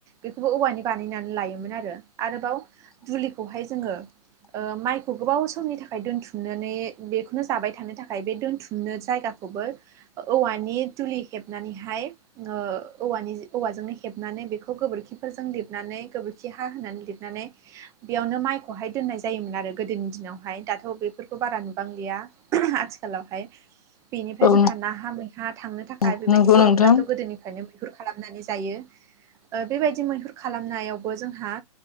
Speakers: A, on the right; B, on the left.
A: बेखौबो औवानि बानायनानै लायोमोन आरो आरोबाव दुलिखौहाय जोङो ओ माइखौ गोबाव समनि थाखाय दोन्थुमनानै बेखौनो जाबाय थानो थाखाय बे दोन्थुमनो जायगा खौबो औवानि दुलि हेबनानैहाय ओ‌ औवानि औवाजोंनो हेबनानै बेखौ गोबोरखिफोरजों लिरनानै गोबोरखि हा होनानै लिरनानै बेआवनो माइखौहाय दोननाय जायोमोन आरो गोदोनि दिनावहाय दाथ' बेफोरखौ बारा नुबांलिआ उम आथिखालावहाय बेनिफ्राय
B: औ
A: जोंहा नाहा मैहा थांनो थाखाय
B: नंगौ
A: बेबादि बर'फोराथ'
B: नोंथां
A: गोदोनिफ्रायनो मैहुर खालामनानै जायो जायो बेबायदि मैहुर खालामनायावबो जोंहा